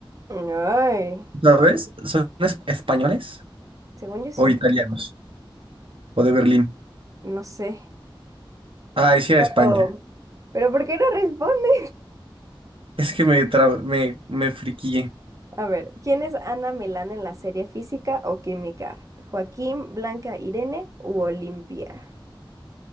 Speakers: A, on the right (about 35°); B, on the right (about 85°).
A: Ay,
B: ¿Sabes? ¿Son es- españoles
A: según yo sí.
B: o italianos? ¿O de Berlín?
A: No sé.
B: Ah, decía
A: Oh,
B: España.
A: pero ¿por qué no responde?
B: Es que me, tra- me, me friquillé.
A: A ver, ¿quién es Ana Milán en la serie Física o Química? ¿Joaquín, Blanca, Irene u Olimpia?